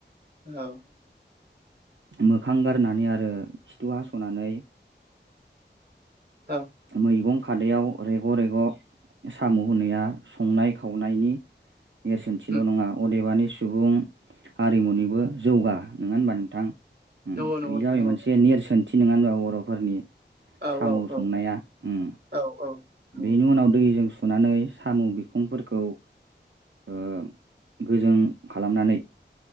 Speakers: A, on the right; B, on the right.
A: औ
B: मोखां गारनानै आरो खिथु हास'नानै।
A: औ
B: मैगं खादायाव रेग' रेग' साम' हुनाया संनाय खावनायनि नेरसोनथिल'
A: उम
B: नङा अदेबानि सुबुं हारिमुनिबो जौगा नङा होनबा नोंथां? उम
A: नंगौ नंगौ
B: बे जाबाय
A: नंगौ
B: मोनसे नेरसोनथि नङा होनबा बर'फोरनि
A: औ
B: साम'
A: औ औ
B: संनाया? उम।
A: औ औ। नंगौ
B: बेनि उनाव दैजों सुनानै साम' बिखंफोरखौ ओ गोजों खालामनानै